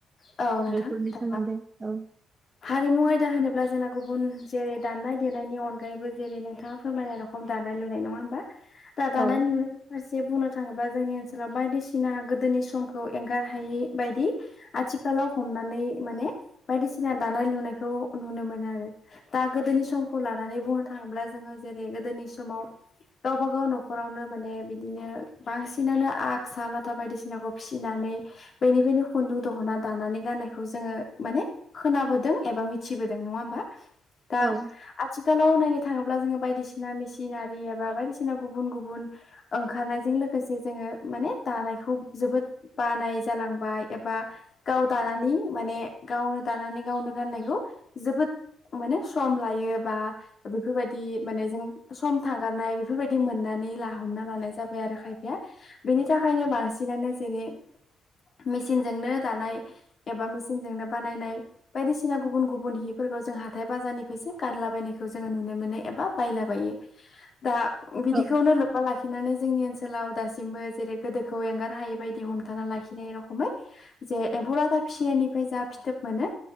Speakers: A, on the left (about 45°); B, on the right (about 30°).
A: औ नोंथां
B: बेफोरनि
A: दा
B: सोमोन्दै औ
A: हारिमु आयदा होनोब्ला जोंना गुबुन जेरै दामनाय देनायनि अनगायैबो जेरै नोंथाङा फोरमायनाय रखम दानाय लुनाय नङा होमबा-? दा
B: औ
A: दानाय लुनायनि फारसे बुंनो थाङोबा जोंनि ओनसोलाव बायदिसिना गोदोनि समखौ एंगारहायै बायदि आथिखाल लाव हमनानै बायदिसि सिना दानाय लुनायखौ नुनो मोनो आरो दा गोदोनि समखौ लानानै बुंनो थाङोब्ला जोङो जेरै गोदोनि समाव गावबाागाव न'खरावनो माने बिदिनो बांसिनानो आग सा लाथा बायदिसिनाखौ फिसिनानै बेनिफ्रायनो खुन्दुं दहना दानानै गाननायखौ जोङो माने खोनाबोदों एबा मिथिबोदों नङा होमबा दा
B: औ
A: आथिखालाव नाय नो थाङोब्ला जोङो बायदिसिना मेसिन एबा बायदिसिना गुबुन गुबुन ओंखारनायजों लोगोसे जों। माने दानायखौ जोबोद बानाय जालांबाय एबा गाव दानानै माने गावनो दानानै गावनो गाननायखौ जोबोद माने सम लायो बा बेफोरबायदि माने जों सम थांगारनाय बेफोरबायदि मोननानै ला हमना लानाय जाबाय आरो खायफाया बेनि थाखायनो बांसिनानो जेरै मेसिनजोंनो दानाय एबा मेचनजोंनो बानायनाय बायदिसिना गुबुन गुबुन हिफोरखौ जों हाथाय बाजारनिफ्रायसो गानला बबायनायखौ जोङो नुनो मोनो। एबा बायला हायो दा बिदिखौनो
B: औ
A: लोब्बा लाखिनानै जोंनि ओनसोलाव दासिमबो जेरै गोदोखौ एंगार हायै बायदि हमथाना लाखिनाय रखमै जे बरादा फिसिनायनिफ्राय जा फिथोब मोनो